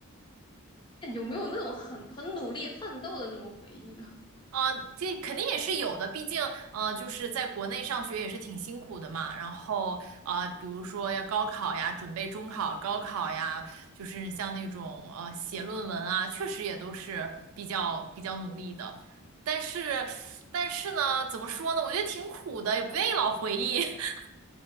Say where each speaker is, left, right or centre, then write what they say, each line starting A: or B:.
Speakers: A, on the left; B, on the right.
A: 有没有那种很很努力奋斗的那种回忆呢？
B: 啊，呃这肯定也是有的，毕竟，呃，就是在国内上学也是挺辛苦的嘛。然后，啊、比如说要高考呀，准备中考、高考呀，就是像那种呃写论文啊，确实也都是比较比较努力的。但是，但是呢，怎么说呢？我觉得挺苦的，也不愿意老回忆。<laughs>